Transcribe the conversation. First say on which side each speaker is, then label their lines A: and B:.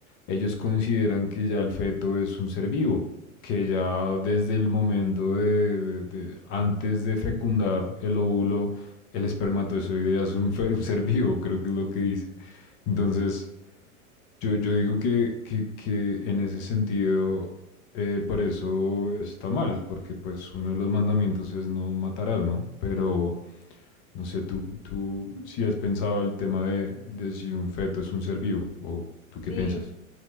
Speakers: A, on the left; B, on the left.
A: ellos consideran que ya el feto es un ser vivo, que ya desde el momento de, de- de- antes de fecundar el óvulo, el espermatozoide ya es un, fe- <laughs> un ser vivo, creo que es lo que dicen. Entonces,
B: Ajá, no.
A: yo, yo digo que, que, que en ese sentido, eh, por eso está mal, porque pues uno de los mandamientos es no matarás, ¿no? Pero no sé, tú, tú si has pensado el tema de, de si un feto es un ser vivo, o tú qué
B: Sí,
A: piensas.